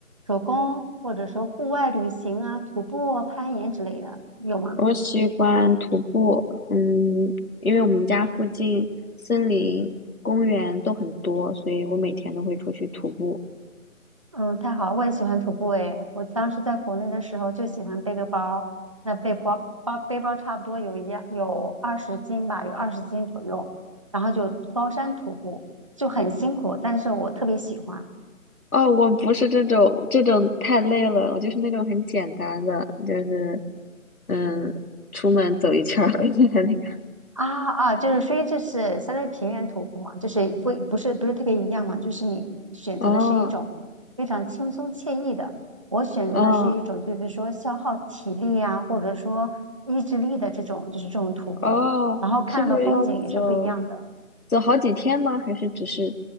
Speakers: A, on the right; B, on the left.
A: 手工，或者说户外旅行啊、徒步啊攀岩之类的，有吗？
B: 我喜欢徒步，嗯，因为我们家附近森林、公园都很多，所以我每天都会出去徒步。
A: 嗯，太好了我也喜欢徒步诶。我当时在国内的时候就喜欢背个包，那背包包背包差不多有一样有二十斤吧，有二十斤左右，然后就高山徒步，就很辛苦，但是我特别喜欢。
B: 哦，我不是这种这种太累了，我就是那种很简单的，就是嗯，出门走一圈儿 <laughs> 那个。
A: 啊啊，就是所以就是相当于平原徒步嘛，就是不不是不是特别一样嘛，就是你选择的是一种非常轻松惬意的，
B: 哦
A: 我选择的是一种就是说消耗体力啊，
B: 哦
A: 或者说意志力的这种就是这种徒步，
B: 哦，
A: 然后看到的风景也是不一样的，
B: 是不是要走？走好几天吗？还是只是